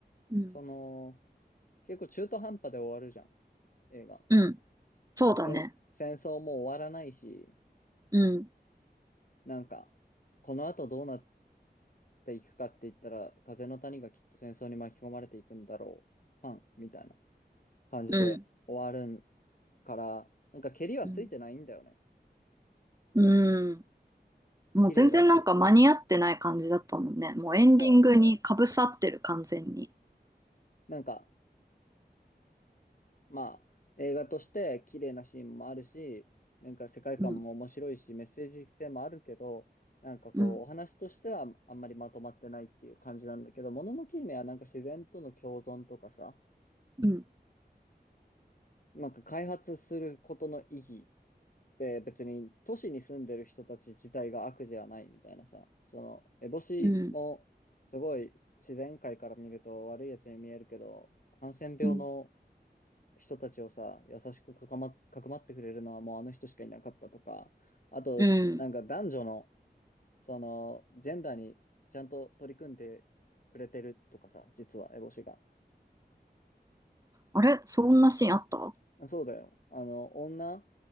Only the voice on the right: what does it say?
い。うん。
うん。そうだね。
うん。
うん。
うんうん。もう全然なんか間に合ってない感じだったもんね。
もうエンディングにかぶさってる完全に。
うん、
うん、
うん、
うん、
うん。
うん
あれそんなシーンあった